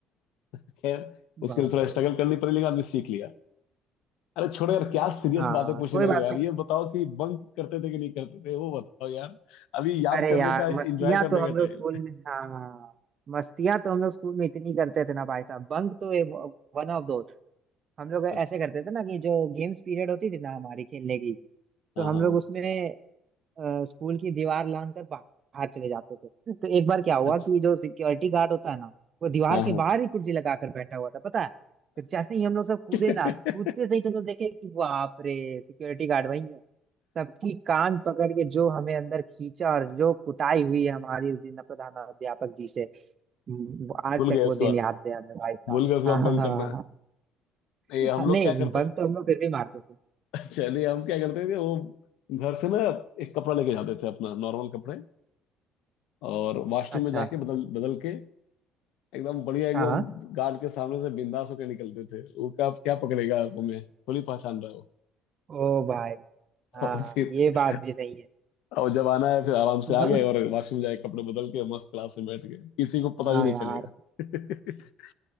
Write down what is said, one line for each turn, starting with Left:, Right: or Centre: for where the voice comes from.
Left: खैर उसके
Right: बाप
Left: लिए थोड़ा
Right: रे
Left: स्ट्रगल करनी पड़ी लेकिन आदमी सीख लिया अरे छोड़ो यार क्या सीरियस
Right: हाँ
Left: बातें पूछने
Right: कोई
Left: लगे
Right: बात
Left: यार ये बताओ कि बंक करते थे कि नहीं करते थे वो बताओ यार अभी याद
Right: अरे
Left: करने
Right: यार
Left: का एंजॉय
Right: मस्तियां
Left: करने
Right: तो
Left: का
Right: हम लोग
Left: टाइम
Right: स्कूल
Left: है
Right: में हाँ मस्तियां तो हम लोग स्कूल में इतनी करते थे ना भाई साहब बंक तो ए, वन ऑफ दो हम लोग ऐसे
Left: अच्छा
Right: करते थे ना कि जो गेम्स पीरियड होती थी ना हमारी खेलने की तो
Left: हाँ
Right: हम
Left: हाँ
Right: लोग
Left: हाँ,
Right: उसमें अ, स्कूल की दीवार लांग कर बाहर चले जाते थे तो एक बार क्या हुआ
Left: अच्छा
Right: कि जो सिक्योरिटी गार्ड होता है ना वो दीवार
Left: हाँ
Right: के
Left: हाँ
Right: बाहर ही कुर्सी लगा कर बैठा हुआ था पता है तो जैसे ही हम लोग सब कूदे
Left: अच्छा
Right: ना कूदते सही तो हम लोग देखे कि बाप रे सिक्योरिटी गार्ड वही है सबकी कान पकड़ के जो हमें अंदर खींचा और जो कुटाई हुई है हमारी उस दिन प्रधानाध्यापक जी से हम्म, वो
Left: <laughs>
Right: आज
Left: भूल
Right: तक
Left: गए
Right: वो
Left: उसके
Right: दिन
Left: बाद
Right: याद है हमें भाई साहब
Left: भूल गए उसके
Right: हाँ
Left: बाद
Right: हाँ
Left: बंक
Right: हाँ
Left: करना
Right: हाँ, हाँ।
Left: नहीं
Right: हाँ,
Left: हम लोग
Right: नहीं
Left: क्या करते
Right: बंक तो हम लोग फिर भी मारते थे
Left: अच्छा नहीं हम क्या करते थे वो घर से ना एक कपड़ा लेके जाते थे अपना नॉर्मल कपड़े और वॉशरूम
Right: अच्छा
Left: में जाके बदल बदल के एकदम बढ़िया एकदम
Right: हाँ हाँ
Left: गार्ड के सामने से बिंदास होकर निकलते थे वो क्या क्या पकड़ेगा आप हमें थोड़ी पहचान रहे हो
Right: ओ भाई हाँ
Left: <laughs> और फिर
Right: ये बात भी सही है
Left: और जब आना है फिर आराम से आ
Right: बंक
Left: गए और वॉशरूम जाके कपड़े बदल के मस्त क्लास में बैठ गए किसी को पता
Right: हाँ
Left: भी नहीं
Right: यार
Left: चलेगा <laughs>